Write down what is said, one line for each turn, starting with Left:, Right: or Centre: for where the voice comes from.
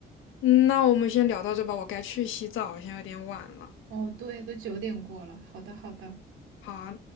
Left: 嗯那我们先聊到这吧，我该去洗澡，现在有点晚了。
Right: 哦，对，都九点过了。好的，好的。
Left: 好啊，